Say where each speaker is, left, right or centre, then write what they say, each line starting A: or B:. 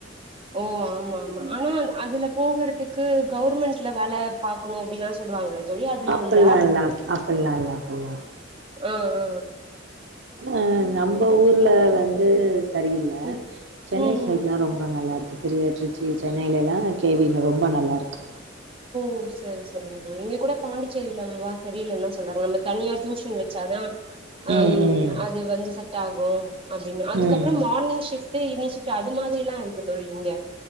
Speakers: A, on the right (about 30°); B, on the right (about 70°).
A: ஓ ஆமா ஆமா ஆனா அ அதுல போகரு க்கு கவர்மண்ட்ல வேல பாக்கணு அப்டின்லா சொல்லுவாங்கள தோழி அதெல்லா
B: அப்டில்லா
A: உண்டா
B: இல்ல அப்டில்லா இல்ல அப்டில்லா
A: அ அ
B: அ நம்ம ஊர்ல வந்து சரியில்ல
A: ம்
B: சென்னை
A: ம்
B: சைட்
A: ம்
B: எல்லா ரொம்ப நல்லா இருக்கு திரு திருச்சி சென்னையில எல்லா கேவினு ரொம்ப நல்லா இருக்கு
A: ஓ சேரி சேரங்க தோழி இவங்க கூட பாண்டிச்சேரியில விவா சரியிலன்னுதா சொல்றாங்க நம்ம தனியா டியூஷன் வச்சாதா அம்
B: ம் ம்
A: அது வந்து செட் ஆகு அப்டின்னு அதுக்கப்ற
B: ம்
A: மார்னிங் ஷிப் ட் இவினிங்ஷிஃப்ட் அது மாதிரியெல்லா இருக்கு தோழி இங்க